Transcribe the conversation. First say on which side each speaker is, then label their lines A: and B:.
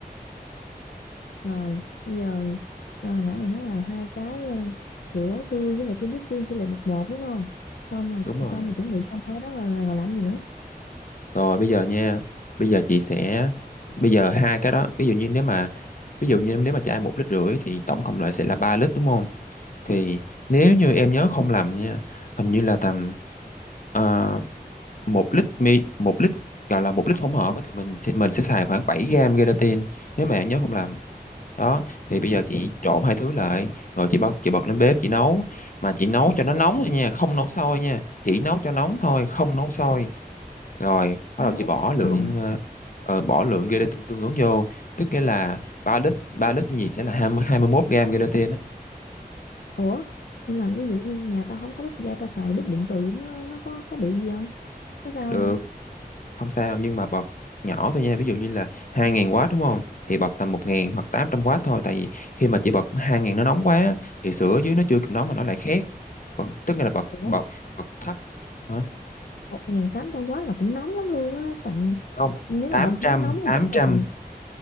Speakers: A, on the left; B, on the left.
A: Rồi bây giờ ờ, nãy mày nói là hai cái ờ, sữa tươi với lại cái bít viên tỷ lệ một một đúng không Xong rồi
B: đúng rồi
A: xong rồi chuẩn bị xong hai cái đó là, là, là làm gì nữa
B: Rồi bây giờ nha, bây giờ chị sẽ bây giờ hai cái đó, ví dụ như nếu mà ví dụ như nếu mà chai một lít rưỡi thì tổng cộng lại sẽ là ba lít đúng không? Thì nếu như em nhớ không lầm nha, hình như là tầm ờ, một lít mi một lít gọi là một lít hỗn hợp á, thì mình sẽ mình sẽ xài khoảng 7 gram gelatin nếu mà em nhớ không lầm. Đó, thì bây giờ chị trộn hai thứ lại rồi chị bật, chị bật lên bếp chị nấu mà chị nấu cho nó nóng thôi nha, không nấu sôi nha, chỉ nấu cho nóng thôi, không nấu sôi rồi bắt
A: Nấu
B: đầu chị bỏ lượng
A: à,
B: ờ, ờ, bỏ lượng gelatin tương ứng vô tức nghĩa là ba lít 3 lít như vậy sẽ là hai hai mươi hai mươi 21 gram gelatin á.
A: Ủa nhưng mà ví dụ như nhà tao không có bếp ga tao xài bếp điện tử nó nó có có bị gì không có sao
B: được
A: không
B: không sao nhưng mà bật nhỏ thôi nha ví dụ như là hai 000 w đúng không thì bật tầm một 000 hoặc tám trăm w thôi tại vì khi mà chị bật hai 000 nó nóng quá thì sữa ở dưới nó chưa kịp nóng mà nó lại khét bật, tức nghĩa là bật
A: Ủa
B: bật bật thấp hả
A: 1.800 quá là cũng nóng lắm luôn á tầm
B: không
A: nếu
B: tám
A: mà đợt nóng
B: trăm
A: nóng
B: tám
A: thì chắc là
B: trăm,
A: tầm